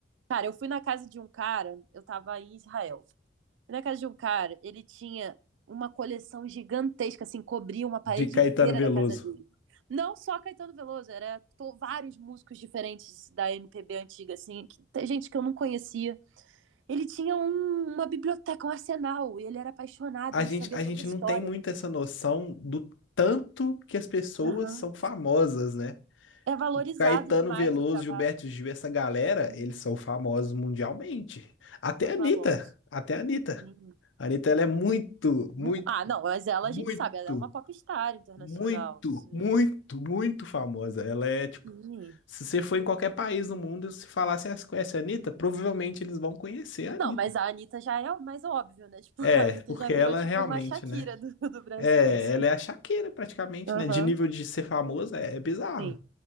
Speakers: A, on the right; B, on the left.
A: Cara, eu fui na casa de um cara, eu tava em Israel. Fui na casa de um cara, ele tinha uma coleção gigantesca, assim, cobria uma parede
B: De Caetano
A: inteira
B: Veloso.
A: da casa dele. Não só Caetano Veloso, era to- vários músicos diferentes da MPB antiga, assim, que- tem gente que eu não conhecia. Ele tinha um- uma biblioteca, um arsenal, e ele era apaixonado,
B: A
A: ele
B: gente,
A: sabia
B: a
A: toda
B: gente
A: a história.
B: não tem muito essa noção do tanto que as pessoas
A: Aham.
B: são famosas, né?
A: É valorizado
B: O Caetano
A: demais
B: Veloso,
A: o trabalho.
B: Gilberto Gil, essa galera,
A: Uhum.
B: eles são famosos mundialmente. Até
A: São
B: a Anitta,
A: famosos.
B: até a Anitta.
A: Uhum.
B: A Anitta, ela é muito, muito
A: Hum, Ah, não, mas ela
B: Muito,
A: a gente sabe, ela é uma popstar internacional.
B: muito,
A: Isso aí
B: muito, muito famosa. Ela é tipo,
A: Sim.
B: se você for em qualquer país do mundo, se falar se você conhece a Anitta, provavelmente eles vão conhecer a Anitta.
A: Não, mas a Anitta já é o mais óbvio, né? <laughs> Tipo,
B: É,
A: a Anitta
B: porque
A: já virou
B: ela
A: tipo
B: realmente,
A: uma Shakira
B: né?
A: do, do Brasil,
B: É,
A: assim.
B: ela é a Shakira praticamente,
A: Aham,
B: né? De nível de ser famosa, é, é bizarro.
A: sim.